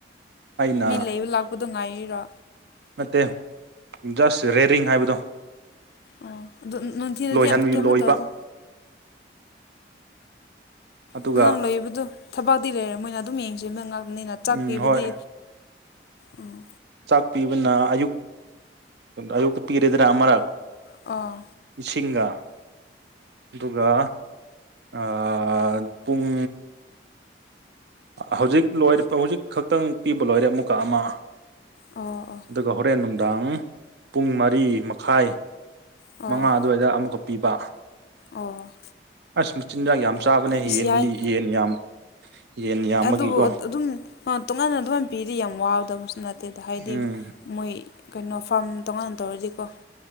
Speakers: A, on the right; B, on the left.
A: ꯑꯩꯅ
B: ꯃꯤ ꯂꯩꯕ ꯂꯥꯛꯄꯗꯣ ꯉꯥꯏꯔꯤꯔꯣ
A: ꯅꯠꯇꯦ ꯖꯁ ꯔꯦꯗꯤꯡ ꯍꯥꯏꯕꯗꯣ
B: ꯑꯣ ꯑꯗꯣ ꯅꯨꯡꯇꯤꯟꯗꯤ
A: ꯂꯣꯏꯍꯟ
B: ꯀꯩꯝ
A: ꯂꯣꯏꯕ
B: ꯇꯧꯗꯦ
A: ꯑꯗꯨꯒ
B: ꯅꯪꯅ ꯂꯩꯕꯗꯨ ꯊꯕꯛꯇꯤ ꯂꯩꯔꯝꯃꯣꯏꯅ ꯑꯗꯨꯝ ꯌꯦꯡꯁꯤꯟꯕ ꯉꯥꯛ ꯅꯤꯅ ꯆꯥꯛ
A: ꯎꯝ
B: ꯄꯤꯕꯗꯤ
A: ꯍꯣꯏ
B: ꯎꯝ
A: ꯆꯥꯛ ꯄꯤꯕꯅ ꯑꯌꯨꯛ ꯑꯌꯨꯛꯇ ꯄꯤꯔꯦꯗꯅꯥ ꯑꯃꯔꯛ
B: ꯑꯥ
A: ꯏꯁꯤꯡꯒ ꯑꯗꯨꯒ ꯑꯥ ꯄꯨꯡ ꯍꯧꯖꯤꯛ ꯂꯣꯏ ꯍꯧꯖꯤꯛ ꯈꯛꯇꯪ ꯄꯤꯕ ꯂꯣꯏꯔꯦ ꯑꯃꯨꯛꯀ ꯑꯃ
B: ꯑꯣ ꯑꯣ
A: ꯑꯗꯨꯒ ꯍꯣꯔꯦꯟ ꯅꯨꯡꯗꯥꯡ ꯄꯨꯡ ꯃꯔꯤ ꯃꯈꯥꯏ
B: ꯑꯣ
A: ꯃꯉꯥ
B: ꯑꯣ
A: ꯑꯗꯨꯋꯥꯏꯗ ꯑꯃꯨꯛꯀ ꯄꯤꯕ
B: ꯑꯣ
A: ꯑꯁ ꯃꯆꯤꯟꯖꯥꯛ ꯌꯥꯝ ꯆꯥꯕꯅꯦ
B: ꯏꯁ
A: ꯌꯦꯟꯗꯤ
B: ꯌꯥꯏ
A: ꯌꯦꯟ ꯌꯥꯝ ꯌꯦꯟ ꯌꯥꯝꯕꯒꯤꯀꯣ
B: ꯑꯗꯨꯕꯨ ꯑꯗꯨꯝ ꯇꯣꯉꯥꯟꯅ ꯑꯗꯨꯃꯥꯏ ꯄꯤꯔꯤ ꯌꯥꯝ ꯋꯥꯒꯗꯕꯁꯨ ꯅꯠꯇꯦꯗ ꯍꯥꯏꯗꯤ
A: ꯎꯝ
B: ꯃꯣꯏ ꯀꯩꯅꯣ ꯐꯥꯔꯝ ꯇꯣꯉꯥꯟꯅ ꯇꯧꯔꯗꯤꯀꯣ